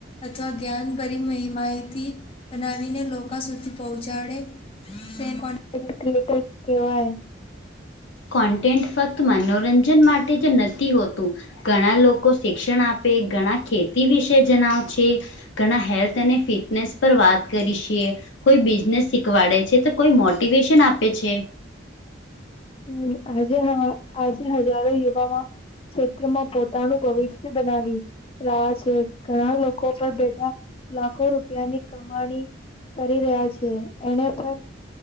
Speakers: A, on the left; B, on the left.
A: અથવા જ્ઞાનભરી માહિતી બનાવીને લોકો સુધી પહોંચાડે કોે ક્રિએટર કેવાય
B: કોન્ટેન્ટ ફક્ત મનોરંજન માટે જ નથી હોતુ. ઘણા લોકો શિક્ષણ આપે ઘણા ખેતી વિશે જણાવ છે. ઘણા હેલ્થ અને ફિટનેસ પર વાત કરી છેએ કોઈ બિઝનેસ શીખવાડે છે તો કોઈ મોટિવેશન આપે છે.
A: હમ આજે આજે હજારો યુવામા ક્ષેત્રમાં પોતાનું ભવિષ્ય બનાવી રહ્યા છે ઘણા લોકો પર બેઠા લાખો રૂપિયાની કમાણી કરી રહ્યા છે, એને પર